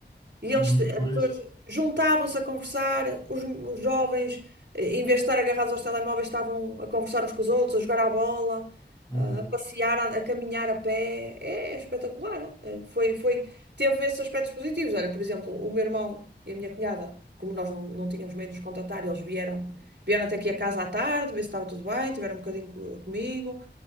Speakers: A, on the right; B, on the left.
A: E eles,
B: E depois.
A: as pessoas juntavam-se a conversar, os, os jovens, eh, em vez de estar agarrados aos telemóveis, estavam a conversar uns com os outros, a jogar à bola,
B: Uhum,
A: a passear, a, a caminhar a pé. É, espetacular. Eh, Foi, foi, teve esses aspectos positivos. Olha, por exemplo, o meu irmão e a minha cunhada, como nós não, não tínhamos meio de nos contatar, eles vieram, vieram até aqui a casa à tarde, ver se estava tudo bem, tiveram um bocadinho co- comigo.